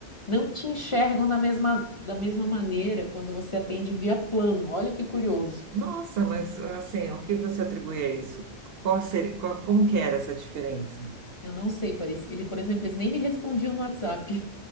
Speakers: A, on the left (about 30°); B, on the right (about 65°).
A: não te enxergam da mesma, da mesma maneira quando você atende via plano. Olha que curioso.
B: Nossa, mas assim, o que você atribui a isso? Qual seria, qual- como que era essa diferença?
A: Eu não sei, parece- ele, por exemplo, eles nem me respondiam no WhatsApp.